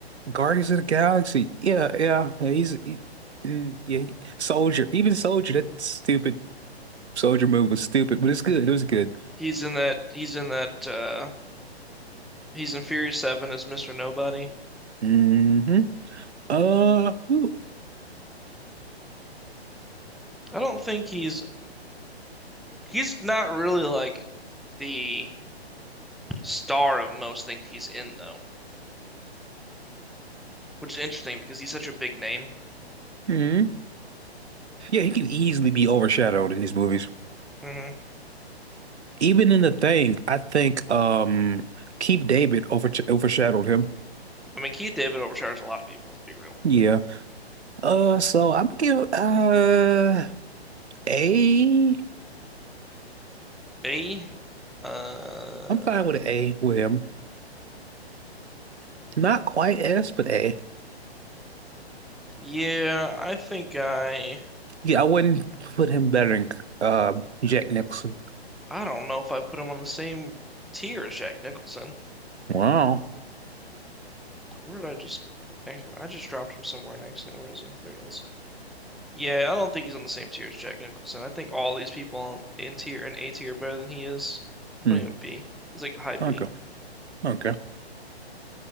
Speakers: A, on the right (about 85°); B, in the centre.
A: Guardians of the Galaxy. Yeah, yeah, yeah. He's he, mm, yeah, he- Soldier. Even Soldier. That stupid Soldier move was stupid, but it's good. It was good.
B: He's in that he's in that uh he's in Furious Seven as Mr. Nobody.
A: hmm Uh, who?
B: I don't think he's He's not really like the star of most things he's in, though, which is interesting because he's such a big name.
A: hmm Yeah, he can easily be overshadowed in these movies.
B: hmm
A: Even in The Thing, I think um Keith David over overshadowed him.
B: I mean, Keith David overshadows a lot of people, to be real.
A: Yeah. Uh, so I'm gonna give uh A.
B: A, uh,
A: I'm fine with an A with him. Not quite S, but A.
B: yeah, I think I,
A: Yeah, I wouldn't put him better than uh, Jack Nicholson.
B: I don't know if I put him on the same tier as Jack Nicholson.
A: Wow.
B: Where did I just, I just dropped him somewhere in accident. Where is he? There he is. Yeah, I don't think he's on the same tier as Jack Nicholson. I think all these people in tier and A tier are better than he is. I'm
A: Hmm.
B: putting him in B. He's like high B.
A: Okay. Okay.